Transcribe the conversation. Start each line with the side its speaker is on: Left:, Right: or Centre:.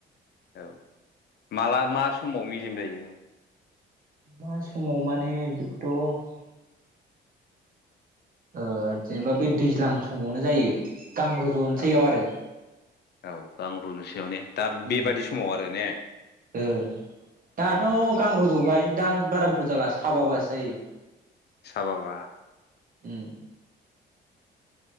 Left: औ माला मा समाव मेजेम जायो?
Right: मा समाव माने बेखौथ' ओ। जेनेबा बेै दैज्लां समावनो जायो गां रज'नोसैयाव
Left: औ
Right: आरो
Left: औ गां रुनसेयाव ने? दा बेबादि
Right: उम
Left: समाव आरो ने
Right: और दाथ'
Left: औ
Right: गां रजबाय। दा बारा गोथाव जाला साबा बासो जायो था
Left: साबाबा।
Right: उ।